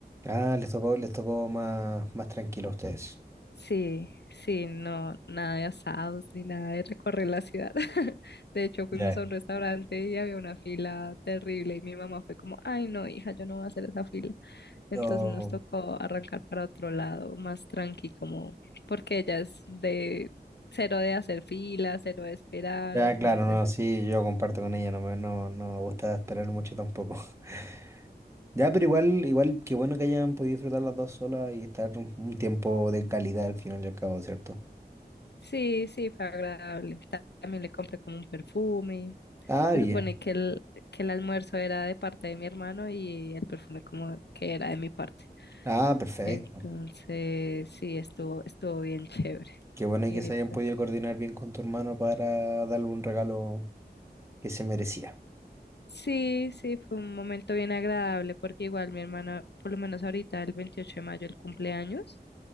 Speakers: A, on the right; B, on the left.
A: Ah, les tocó, les tocó más, más tranquilo a ustedes.
B: Sí, sí, no, nada de asados ni nada de recorrer la ciudad. <laughs> De hecho, fuimos
A: ya.
B: a un restaurante y había una fila terrible y mi mamá fue como, ay, no, hija, yo no voy a hacer esa fila. Entonces
A: Oh,
B: nos tocó arrancar para otro lado, más tranqui, como, porque ella es de cero de hacer fila, cero de esperar,
A: Ya,
B: entonces
A: claro, no, sí, yo comparto con ella, no me, no, no me gusta esperar mucho tampoco. <laughs> Ya, pero igual, igual, qué bueno que hayan podido disfrutar las dos solas y estar un un tiempo de calidad al final y al cabo, ¿cierto?
B: Sí, sí, fue agradable. Ta- También le compré como un perfume.
A: Ah,
B: Se
A: bien.
B: supone que el, que el almuerzo era de parte de mi hermano y el perfume como que era de mi parte.
A: Ah, perfecto.
B: Entonces, sí, estuvo, estuvo bien chévere.
A: Qué bueno
B: Y
A: que
B: ahí
A: se
B: pues.
A: hayan podido coordinar bien con tu hermano para darle un regalo que se merecía.
B: Sí, sí, fue un momento bien agradable porque igual mi hermana, por lo menos ahorita el 28 de mayo, el cumpleaños,